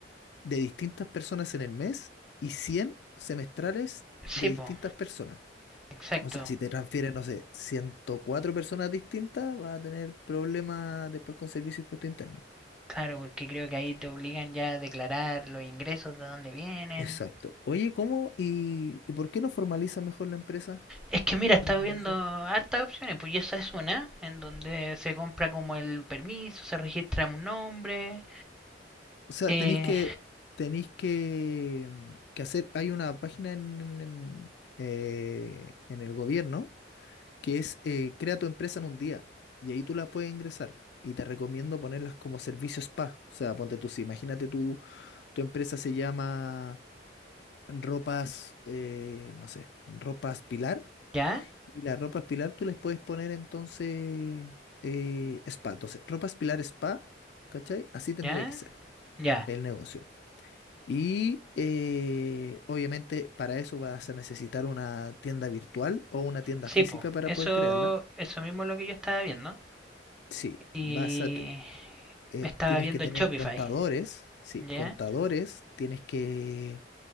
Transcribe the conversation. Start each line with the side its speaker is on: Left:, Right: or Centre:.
Left: de distintas personas en el mes y 100 semestrales
Centre: Sí,
Left: de distintas
Centre: po,
Left: personas.
Centre: exacto.
Left: O sea, si te transfieren, no sé, 104 personas distintas, vas a tener problemas después con servicio y impuesto interno.
Centre: Claro, porque creo que ahí te obligan ya a declarar los ingresos de dónde vienen.
Left: Exacto. Oye, ¿cómo y, y por qué no formaliza mejor la empresa
Centre: Es que mira, estaba
Left: para el
Centre: viendo
Left: negocio?
Centre: hartas opciones, pues y esa es una, en donde se compra como el permiso, se registra un nombre.
Left: O sea,
Centre: Eh,
Left: tenéis que, tenéis que, mm, que hacer, hay una página en, en, en, eh, en el gobierno que es eh, Crea tu empresa en un día y ahí tú la puedes ingresar y te recomiendo ponerlas como servicio spa. O sea, ponte tú, si imagínate tú, tu empresa se llama Ropas, eh, no sé, Ropas Pilar
Centre: ya,
Left: y las Ropas Pilar tú les puedes poner entonces eh, spa. Entonces, Ropas Pilar Spa, ¿cachai? Así tendría
Centre: ya,
Left: que ser
Centre: ya.
Left: el negocio. Y eh, obviamente para eso vas a necesitar una tienda virtual o una tienda
Centre: Sí,
Left: física
Centre: pues,
Left: para
Centre: eso,
Left: poder crearla.
Centre: eso mismo es lo que yo estaba viendo.
Left: Sí,
Centre: Y
Left: vas a, te- eh,
Centre: me estaba
Left: tienes
Centre: viendo
Left: que tener
Centre: en Shopify,
Left: contadores, sí,
Centre: ¿ya?
Left: contadores, tienes que